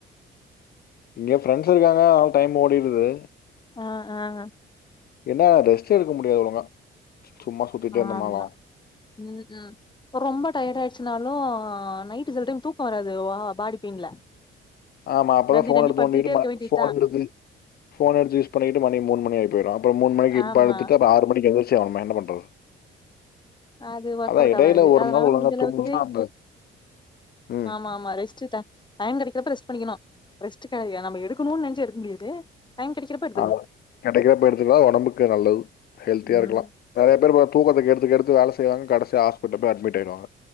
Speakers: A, on the left; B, on the left.
A: இங்க ஃப்ரெண்ட்ஸ் இருக்காங்க அவ டைம் ஓடிடுது
B: ஆ ஆ
A: என்ன ரெஸ்ட் எடுக்க முடியாது ஒழுங்கா சும்மா சுத்திட்டே
B: ஆ
A: இருந்தோம்னாலும்
B: ஆமா உ உ ரொம்ப டயட் ஆயிடுச்சுனாலு நைட்டு சில டைம் தூக்க வராது பாடி பெயின்ல
A: ஆமா அப்பதா
B: நந்தி
A: ஃபோன்
B: நந்தி
A: எடுத்துண்டிட்டு
B: படுத்துக்கிட்டே இருக்க
A: ம
B: வேண்டியதா
A: ஃபோன எடுன் ஃபோன் எடுத்து யூஸ் பண்ணிட்டு மனிப் மூணு மணியாய் போய்டு அப்றோ மூனு மணிக்கு
B: ஆமா
A: படுத்துட்டு அப்ப ஆறு மணக்கு எந்தி சோமே என்ன பண்றது
B: அது ஒர்க்
A: அதான்
B: அவுட்
A: இடையில
B: ஆவாது
A: ஒரு
B: அதனால
A: நாள் ஒழுங்கா
B: முடிஞ்ச அளவுக்கு
A: தூங்கணும்னா அந்த ம்
B: ஆமா மா ரெஸ்டு டா டையோ கடைக்கறப்ப பண்ணிக்கணு ரெஸ்ட் கிடையா நம்ம எடுக்கனும்னு நினைச்ச எடுக்க முடியாது டைம் கெடைக்கிறப்ப எடுத்துக்கணு
A: ஆ கிடைக்கிறப்ப எடுத்துக்கா ஒடம்புக்கு நல்லது ஹெல்த்தியா
B: ம்
A: இருக்கலா நிறைய பேரு பா தூக்கத்த கெடு டுத்து வேலை செய்வாங்க கடைசியா ஹாஸ்பிடல் போய் அட்மி்ட் ஆய்டுவங்க